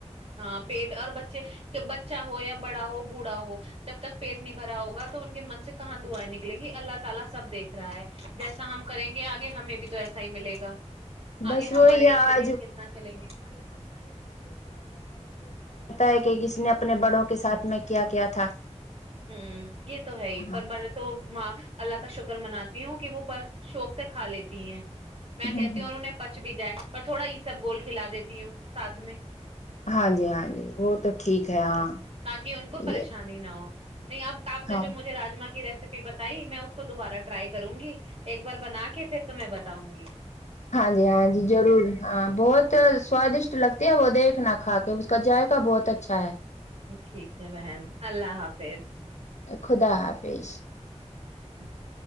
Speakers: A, on the right (about 55°); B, on the left (about 75°).
A: ہاں پیٹ اور بچے بچہ ہو یا بڑا ہو بوڑھا ہو جب تک پیٹ نہیں بھرا ہوگا تو ان کے من سے کہاں دعائیں نکلیں گی اللہ تعالی سب دیکھ رہا ہے جیسا ہم کریں گے آگ ہمیں بھی تو ایسا ہی ملے گا
B: <inaudible> رہتا
A: آگے ہمارے بھی شریر کتنا چلیں گے
B: ہے کہ کسی نے اپنے بڑوں کے ساتھ میں کیا کیا تھا
A: ہوں یہ تو ہے ہی
B: ہاں
A: پر برے تو ماں اللہ کا شکر مناتی ہوں کہ وہ شوق سے کھا لیتی ہیں میں
B: ہ
A: کہتی
B: ہ
A: ہوں اور انہیں پچ بھی جائے پر تھوڑا یہ سب گول کھلا دیتی ہوں ساتھ میں
B: ہاں جی ہاں جی وہ تو ٹھیک ہے ہاں
A: تاکہ ان کو پریشانی
B: یہ
A: نہ ہو نہیں اب آپ
B: ہاں
A: نے جو مجھےاجا کی ری ی بتائی میں اس کو دوبارہ ٹائی کروں گی ایک بار بنا کے پھر تمہیں ب <inaudible>
B: ہاں جی ہاں جی جضرور ہاں بہت سوادشٹ لگتی ہے وہ دیکھنا کا کے اس کا ذائقہ بہت اچھا ہے
A: ٹھیک ہے بہن اللہ حافظ
B: خدا حافظ
A: اچھا سہی